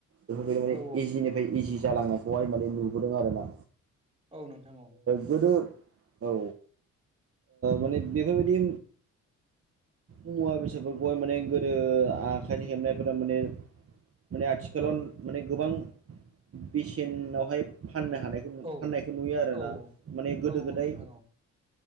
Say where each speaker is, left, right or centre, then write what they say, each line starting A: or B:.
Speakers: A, on the right; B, on the right.
A: बेफोरबायदि माने
B: औ
A: इजिनि इजि जालांनायखौहाय माने नुबोदों आर ना
B: औ नोंथां औ
A: गोदो औ माने बेफोरबायदि मुवा बेसादफोरखौहाय माने गोदो आखाइ हेबनायफोरा माने माने आथिखालाव
B: औ
A: माने गोबां बेसेनावहाय फाननो हानाय
B: औ
A: फाननायखौ नुयो आरोना
B: औ
A: माने गोदो
B: औ
A: गोदाय
B: नोंथां